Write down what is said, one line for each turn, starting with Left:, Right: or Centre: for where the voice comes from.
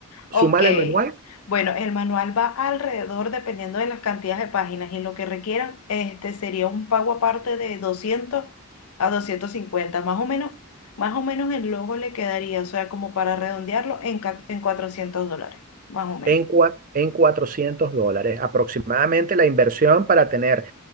Right: Súmale
Left: Ok,
Right: el manual
Left: bueno, el manual va alrededor, dependiendo de las cantidades de páginas y lo que requieran, este sería un pago aparte de 200 a 250, más o menos, más o menos el logo le quedaría, o sea, como para redondearlo en, ca- en 400 dólares, más o menos.
Right: en, cua- en 400 dólares, aproximadamente la inversión para tener